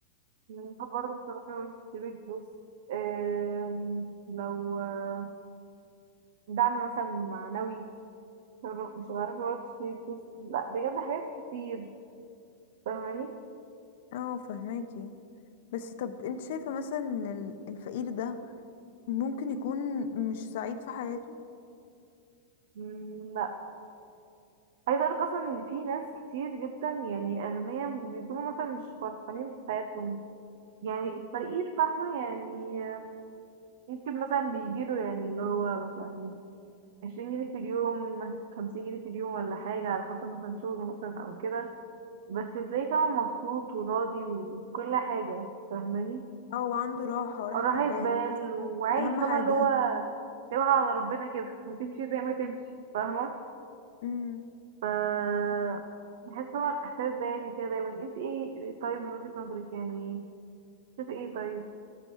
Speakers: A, on the right; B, on the left.
A: يعني الحب برضه ما تعرفش تشتري فلوس أم، لو آه، دعم مثلا معنوي مش هتعرفي برضه تشتري فلوس لا بجد حاجات كتير فاهماني
B: اه فهماكي بس طب انت شايفة مثلا ان ال- الفقير ده ممكن يكون مش سعيد في حياته
A: مم، لا عايزة أقولك أصلا إن في ناس كتير جدا يعني أغنياء بيكونوا مثلا مش فرحانين في حياتهم يعني الفقير فاهمة يعني ممكن مثلا بيجيله يعني اللي هو مثلا عشرين جنيه في اليوم خمسين جنيه في اليوم ولا حاجة على حسب مثلا شغله مثلا أو كده بس تلاقيه فاهمة مبسوط وراضي وكل حاجة فاهماني
B: او عنده راحة وراحة
A: وراحة
B: البال
A: بال
B: حاسة
A: وعادي
B: اهم
A: فاهمة
B: حاجة
A: اللي هو سيبها على ربنا كده وتمشي زي ما تمشي فاهمة
B: <laughs>
A: ف بحس هو الإحساس ده يعني كده دايما انت ايه طيب من وجهة نظرك يعني شوفي ايه طيب